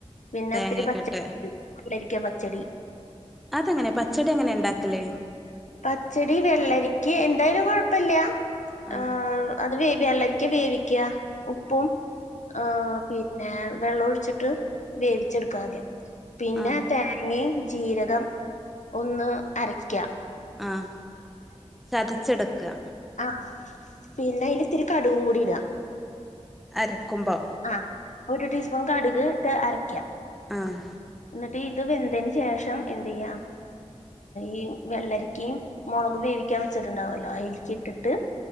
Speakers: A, on the left; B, in the centre.
A: പിന്നെ
B: തേങ്ങക്കെ
A: ഇത്തിരി പച്ചകറി
B: ഇട്ട്
A: വെള്ളരിക്ക പച്ചടി
B: അതെങ്ങനെ പച്ചടി എങ്ങനെ ണ്ടാക്കല്
A: പച്ചടി വെള്ളരിക്കേ എന്തായാലും കൊഴപ്പല്ല
B: ആഹ്
A: ഏഹ് അത് വെള്ളരിക്യാ വേവിക്ക്യ ഉപ്പും ആഹ് ഏ വെള്ളോഴിച്ചിട്ട് വേവിച്ചെടുക്കാ ആദ്യം പിന്നെ
B: ആഹ്
A: പിന്നെ ജീരകം ഒന്ന് അരയ്ക്ക
B: ആഹ് ചതച്ചെടുക്കാ
A: ആഹ് പിന്നെ അതിൽ ഇത്തിരി കടുകും കൂടി ഇടാ
B: അരക്കുമ്പോ
A: ആഹ് ഒര് ടീസ്പൂൺ കടുക് ട്ട് അരക്ക
B: ആഹ്
A: ഇന്നിട്ട് ഇത് വെന്തേന് ശേഷം എന്തെയ്യാ ഈ വെള്ളേരിക്കിം മൊളകും വേവിക്കാൻ വെച്ചിട്ടുണ്ടാവല്ലോ അയൽക്കിട്ടിട്ട്